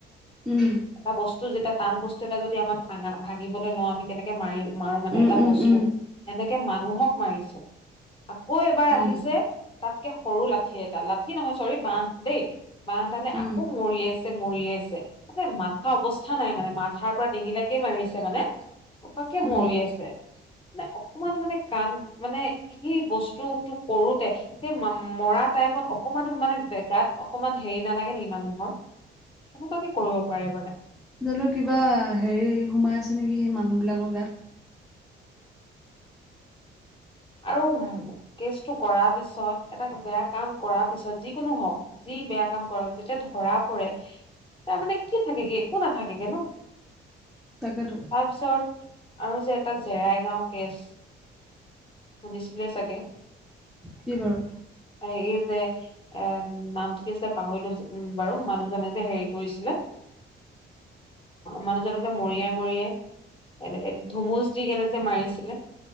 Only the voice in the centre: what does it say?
উম।
উম
উম
উম
উম
উম
উম
জানো কিবা হেৰি সোমাই আছে নেকি, সেই মানুহ বিলাকৰ গাত।
তাকেতো
কি বাৰু?